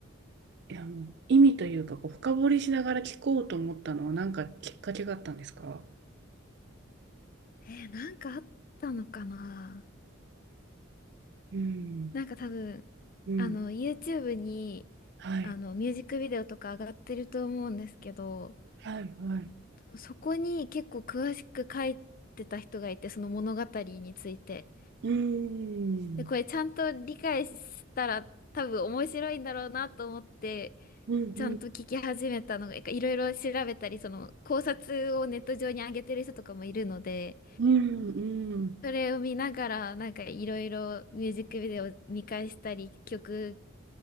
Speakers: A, on the right (about 55°); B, on the left (about 45°).
A: う、いやあの意味というかこう、深掘りしながら聞こうと思ったのはなんかきっかけがあったんですか
B: えーなんかあったのかな
A: うん、
B: なんか多分、
A: うん、
B: あの、YouTube に、
A: はい、
B: あの、ミュージックビデオとか上がってると思うんですけど、
A: はい、はい。
B: そこに結構詳しく書いてた人がいて、その物語について。
A: うーん、
B: で、これちゃんと理解したら多分面白いんだろうなと思って、
A: うん、
B: ちゃんと聞き始めたのが、
A: うん、
B: いろいろ調べたり、その考察をネット上に上げてる人とかもいるので、
A: うん、うん、
B: それを見ながら、なんかいろいろミュージックビデオ見返したり、曲